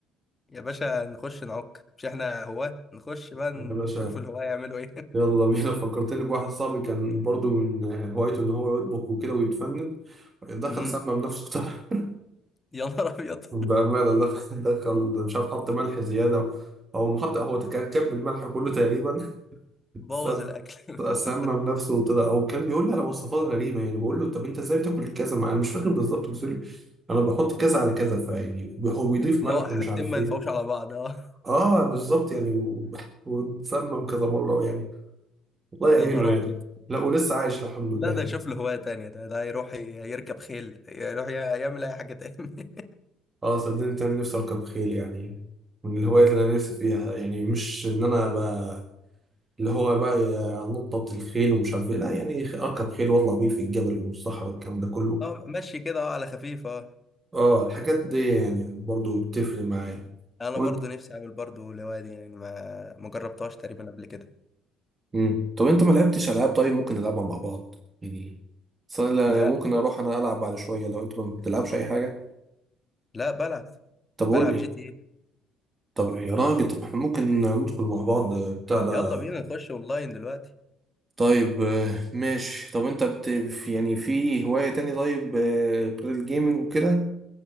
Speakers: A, on the left; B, on the right.
A: يا باشا نخش نعك مش احنا هواة نخش بقى نشوف
B: يا باشا
A: الهواة يعملوا ايه
B: يلا بينا <laughs> فكرتني بواحد صاحبي كان برضو من هوايته ان هو يطبخ وكده ويتفنن
A: <laughs>
B: دخل
A: امم
B: سمى بنفسه طبعا
A: يا نهار ابيض
B: <laughs> بأمانة دخل دخل مش عارف حط ملح زيادة أو محط هو تك- كب الملح كله تقريبا
A: بوظ
B: ساب-
A: الاكل <laughs>
B: سمم نفسه وطلع او كان بيقول لي على وصفات غريبه يعني بقول له طب انت ازاي بتاكل كذا ما انا مش فاكر بالظبط بس يقول لي انا بحط كذا على كذا فيعني هو بيضيف
A: لا
B: ملح
A: حاجتين
B: ومش عارف
A: ما
B: ايه
A: ينفعوش على بعض اه
B: اه بالظبط يعني و- واتسمم كذا مره يعني الله يعينه
A: يا نهار
B: يعني
A: ابيض
B: لا ولسه عايش الحمد لله
A: لا ده
B: يعني
A: يشوف له هواية تانية ده ده يروح ي- يركب خيل يروح ي- يعمل أي حاجة تاني <laughs>
B: اه صدقني انا نفسي اركب خيل يعني من الهوايات اللي انا نفسي فيها يعني مش ان انا ابقى اللي هو بقى نطة الخيل ومش عارف ايه لا يعني اركب خيل واطلع بيه في الجبل والصحراء الكلام ده كله
A: اه مشي كده اه على خفيف اه
B: اه الحاجات دي يعني برضو بتفرق معايا
A: أنا
B: وانت
A: برضو نفسي أعمل برضو الهواية دي يعني ما ما جربتهاش تقريبا قبل كده
B: امم طب انت ما لعبتش العاب طيب ممكن نلعبها مع بعض يعني اصل أنا لا-
A: لا
B: ممكن اروح انا العب بعد شويه لو انت ما بتلعبش اي حاجه
A: لا بلعب
B: طب
A: بلعب
B: قول لي
A: جي تي ايه
B: طب يا راجل طب احنا ممكن ندخل مع بعض بتاع ده
A: يلا بينا نخش أونلاين دلوقتي
B: طيب آه، ماشي طب انت بت... في- يعني في هوايه تاني طيب آه، غير الجيمنج وكده